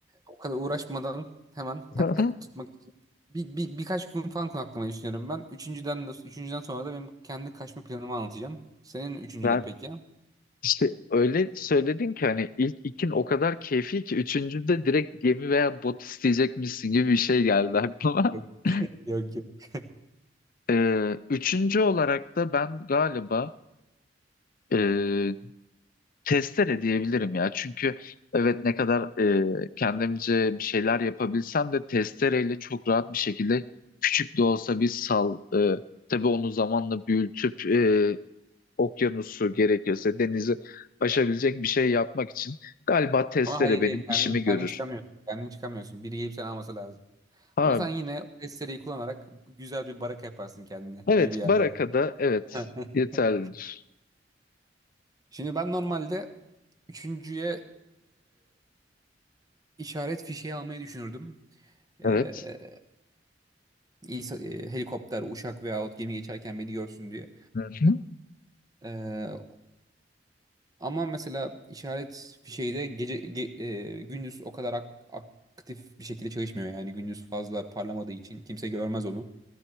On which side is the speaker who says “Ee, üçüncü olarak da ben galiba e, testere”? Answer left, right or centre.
Left